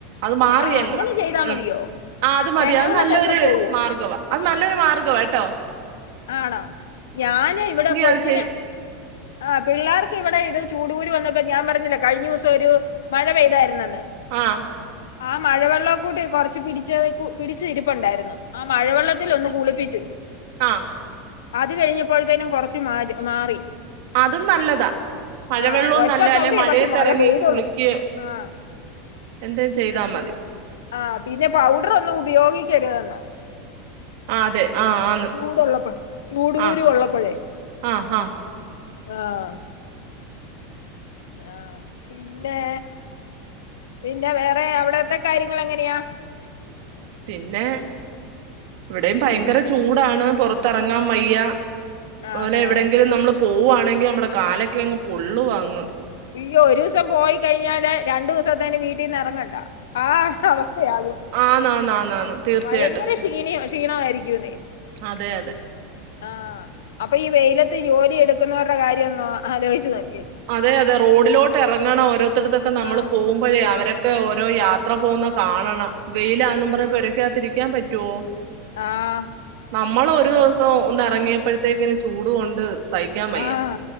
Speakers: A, on the right; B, on the left.
A: അഅ് മാറി
B: ആഹ്
A: അങ്ങ്
B: അങ്ങനെ ചെയ്താ
A: ഉം
B: മതിയോ
A: ആഹ് അത് മതി
B: തേങ്ങാവെള്ളം
A: അഅ് നല്ലൊര്
B: തേച്ചാ പോവോ
A: മാർഗ്ഗവാ അത് നല്ലൊരു മാർഗ്ഗവാട്ടോ
B: ആണോ ഞാന് ഇവിടെ കൊച്ചിനെ
A: അത് ചെയ്
B: ആഹ് പിള്ളേർക്ക് ഇവിടെ ഇത് ചൂടുകൂര് വന്നപ്പോ ഞാൻ പറഞ്ഞില്ലേ കഴിഞ്ഞൂസം ഒരു മഴ പെയ്തായിരുനന്ന്
A: ആ
B: ണ്ട് ആ മഴവെള്ളം കൂട്ട് കൊറച്ച് പിടിച്ചതേക്കു പിടിച്ച ഇരിപ്പുണ്ടായിരുന്നു ആ മഴവെള്ളത്തില് ഒന്ന് കുളിപ്പിച്ചു
A: ആഹ്
B: അത് കഴിഞ്ഞപ്പോഴ്‌ത്തെനും കൊറച്ച് മാദ് മാറി
A: അതും നല്ലതാ മഴവെള്ളവും
B: ആഹ് ഒറ്റ
A: നല്ല
B: തവണയെ
A: അല്ലെ മഴയത്തിറങ്ങി
B: പക്ഷെ മഴ പെയ്തൊള്ളൂ
A: കുളിക്കുകയോ
B: ആഹ്
A: എന്തേം ചെയ്താ മതി
B: ആഹ് പിന്നെ പൗഡർ ഒന്നും ഉപയോഗിക്കരുതെന്നോ
A: ആഹ് അതെ ആഹ് ആന്ന്
B: ചൂടുള്ളപ്പോ ചൂടുകുരു
A: ആ
B: ഉള്ളപ്പഴേ
A: ആ ആ
B: ആഹ് ആഹ് പിന്നെ പിന്നെ വേറെ അവിടത്തെ കാര്യങ്ങള് എങ്ങനെയാ
A: പിന്നെ ഇവിടെയും ഭയങ്കര
B: ആഹ്
A: ചൂടാണ് പാെറത്തറങ്ങാൻ വയ്യ
B: ആഹാ
A: ഓനെ എവിടെയെങ്കിലും നമ്മള് പോവുവാണെങ്കിൽ നമ്മടെ കാലക്കെ അങ്ങ് പൊള്ളുവാങ്ങ്
B: അയ്യോ ഒരു ദിവസം പോയി കഴിഞ്ഞാല് രണ്ടു ദിവസത്തേന് വീട്ടീ നിന്ന് ഇറങ്ങണ്ട ആ അവസ്ഥയാകും
A: ആന്നാന്നാന്നാന്ന് തീർച്ചയായിട്ടും
B: ഭയങ്കര ക്ഷീണിയ ക്ഷീണമായിരിക്കൂന്നേ
A: അതെ അതെ
B: ആഹ അപ്പൊ ഈ വെയിലത്ത് ജോലി എടുക്കുന്നവരുടെ കാര്യംൊന്നോ ആലോചി നോക്കി
A: അതെ അതെ റോഡിലോട്ട് ഇറങ്ങണം ഓരോരുത്തൊക്കെ നമ്മള്
B: ആഹ്
A: പോകുമ്പ അവരൊക്കെ ഓരോ യാത്ര പോകുന്ന കാണണം വെയിലാെന്ന് പറയ ഒരൊക്കെ പിക്കാൻ പറ്റുവോ?
B: ആഹ
A: നമ്മൾ ഒരു ദിവസം ഒന്ന് ഇറങ്ങിയപ്പോഴത്തേക്കിന് ചൂട് കൊണ്ട് സഹിക്കാൻ വയ്യ
B: ആഹ